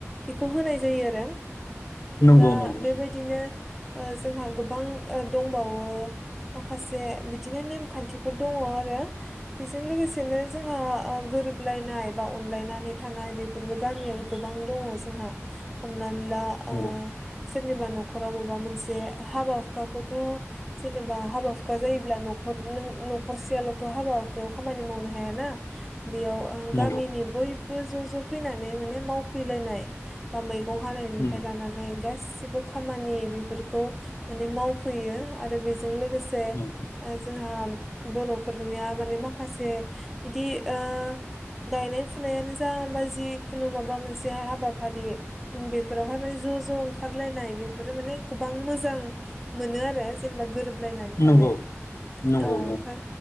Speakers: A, in the centre; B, on the left (about 65°).
A: बेखौ होनाय जायो आरो
B: नंगौ
A: दा
B: नंगौ
A: बेबायदिनो ओ जोंहा गोबां दंबावो माखासे बिदिनो नेम खान्थिफोर दङ आरो बेजों लोगोसेनो जोंहा ओ गोरोबलायनाय बा अनलायनानै थानाय बेफोरबो गामियाव गोबां दङ जोंहा। हमना ला
B: नंगौ
A: ओ सोरनिबा न' खराव माबा मोनसे हाबा हुखाखौथ' जेनेबा हाबा हुखा जायोब्ला न' खर नों न'खरसेयाल'थ' हाबा हुखायाव खामानि मावनो हायाना। बेयाव
B: नंगौ
A: गामिनि बयबो ज' ज' फैनानै माने मावफैलायनाय बा मैगं हानाय नायनिफ्राय
B: उम
A: लानानै गास सिबो खामानि बेफोरखौ माने मावफैयो आरो बेजों लोगोसे ओ
B: नंगौ
A: ओ बर'फोरनिया माने माखासे बिदि ओ गायनाय फु फुनायानो जा बा जिखुनु माबा मोनसेहाय हाबाफारि बेफोरावहाय माने ज' ज' ओंखार लायनाय बेफोरो माने गोबां मोजां मोनो आरो। जेनेबा गोरोब लायनानै थानाय।
B: नंगौ नंगौ
A: औ ओमफाय
B: नंगौ